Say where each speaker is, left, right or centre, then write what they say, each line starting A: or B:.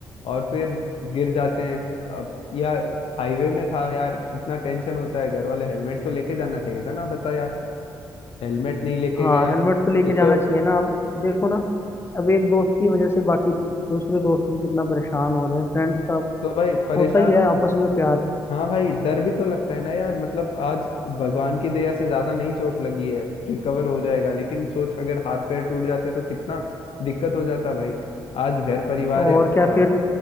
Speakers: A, on the left; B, on the left.
A: और फिर गिर जाते हैं अब यार हाईवे में था यार इतना टेंशन होता है घर वाले हेलमेट तो लेके जाना चाहिए था ना बता यार हेलमेट नहीं लेके
B: हाँ
A: गया
B: हेलमेट तो लेके
A: ये
B: जाना
A: तो
B: चाहिए ना आप देखो ना अब एक दोस्त की वजह से बाकी दूसरे दोस्त भी कितना परेशान हो रहे हैं फ्रेंड्स का
A: तो भाई परेशान
B: होता ही है
A: और
B: आपस में प्यार
A: हाँ भाई डर भी तो लगता है ना यार मतलब आज भगवान की दया से ज्यादा नहीं चोट लगी है रिकवर हो जाएगा लेकिन सोच अगर हाथ पैर टूट जाते तो कितना दिक्कत हो जाता भाई आज घर परिवार
B: तो
A: है
B: और
A: उसका
B: क्या फिर